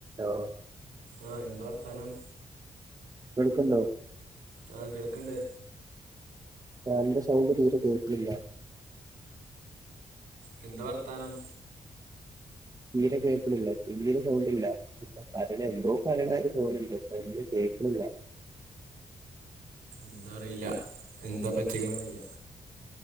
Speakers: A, on the right; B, on the right.
A: ഓഹ്.
B: ആഹ് എന്താ വർത്താനം?
A: കെൾക്ക് ണ്ടോ?
B: ആഹ് കേൾക്ണ്ട്.
A: ഞാൻ്റെ സൗണ്ട് തീരെ കേൾക് ല്ല.
B: കെന്ത വർത്താനം?
A: തീരെ കേൾപ് ണില്ലേ? തീരെ സൗണ്ട്ല്ല. ഇപ്പ പറിണ എന്തോ പറിണാരി തോന്നുണ്ട് ക്ഷെ ഒന്നും കേക്ണില്ല.
B: ന്താ അറീല എന്താ പറ്റിക്കണ അറീല.